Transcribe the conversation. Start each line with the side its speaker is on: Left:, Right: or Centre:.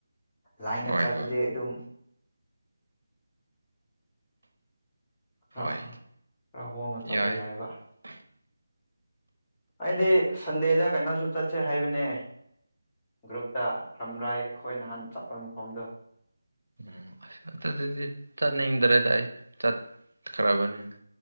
Left: ꯂꯥꯏꯟꯗ
Right: ꯍꯣꯏ
Left: ꯆꯠꯄꯗꯤ
Right: ꯍꯣꯏ
Left: ꯑꯗꯨꯝ ꯈꯔ
Right: ꯍꯣꯏ
Left: ꯈꯔ ꯍꯣꯡꯅ ꯆꯠꯄ
Right: ꯌꯥꯏ
Left: ꯌꯥꯏꯑꯦꯕ
Right: <unintelligible>
Left: ꯑꯩꯗꯤ ꯁꯟꯗꯦꯗ ꯀꯩꯅꯣꯁꯨ ꯆꯠꯁꯦ ꯍꯥꯏꯕꯅꯦ ꯒ꯭ꯔꯨꯞꯇ ꯇꯝꯔꯥꯏ ꯑꯩꯈꯣꯏ ꯅꯍꯥꯟ ꯆꯠꯄ ꯃꯐꯝꯗꯣ
Right: ꯎꯝ ꯑꯁ ꯑꯗꯨꯗꯗꯤ ꯆꯠꯅꯤꯡꯗ꯭ꯔꯦꯗ ꯑꯩꯗꯤ ꯆꯠꯈ꯭ꯔꯕꯅꯤꯅ